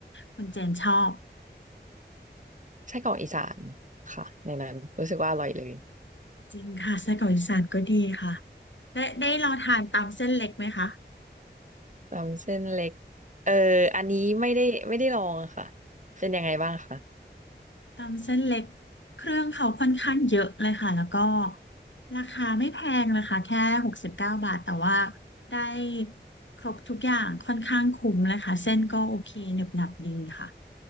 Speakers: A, on the left (about 80°); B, on the right (about 40°).
A: คุณเจนชอบ
B: ไส้กรอกอีสานค่ะในนั้นรู้สึกว่าอร่อยเลย
A: จริงค่ะไส้กรอกอีสานก็ดีค่ะ ได้ได้ลองทานตำเส้นเล็กไหมคะ
B: ตำเส้นเล็กเอออันนี้ไม่ได้ไม่ได้ลองอะค่ะเป็นยังไงบ้างคะ
A: ตำเส้นเล็กเครื่องเขาค่อนข้างเยอะเลยค่ะแล้วก็ราคาไม่แพงเลยค่ะแค่หกสิบเก้าบาทแต่ว่าได้ครบทุกอย่างค่อนข้างคุ้มเลยค่ะเส้นก็โอเคหนึบหนับดีค่ะ